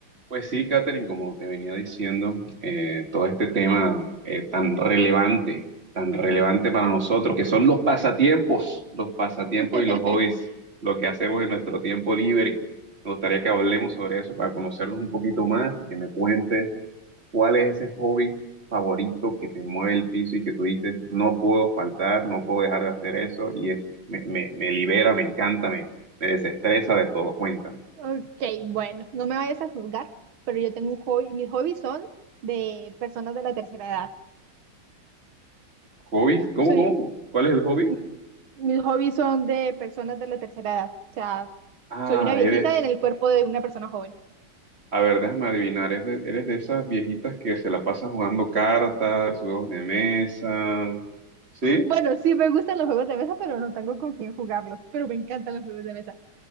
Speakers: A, on the right (about 30°); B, on the right (about 85°).
A: Pues sí, Catherine, como te venía diciendo, eh, todo este tema eh, tan relevante, tan relevante para nosotros, que son los pasatiempos, los pasatiempos
B: <laughs>
A: y los hobbies, lo que hacemos en nuestro tiempo libre. Me gustaría que hablemos sobre eso para conocernos un poquito más y que me cuentes cuál es ese hobby favorito que te mueve el piso y que tú dices, no puedo faltar, no puedo dejar de hacer eso y es, me, me, me libera, me encanta, me, me desestresa de todo. Cuéntame.
B: Ok, bueno, no me vayas a juzgar, pero yo tengo un hobby, mis hobbies son de personas de la tercera edad.
A: ¿Hobbies? ¿Cómo,
B: Soy,
A: cómo? ¿Cuál es el hobby?
B: mi- mis hobbies son de personas de la tercera edad, o sea,
A: Ah,
B: soy una viejita
A: eres.
B: en el cuerpo de una persona joven.
A: A ver, déjame adivinar. ¿Eres de, eres de esas viejitas que se la pasan jugando cartas, juegos de mesa? ¿Sí?
B: Bueno, sí me gustan los juegos de mesa, pero no tengo con quién jugarlos, pero me encantan los juegos de mesa.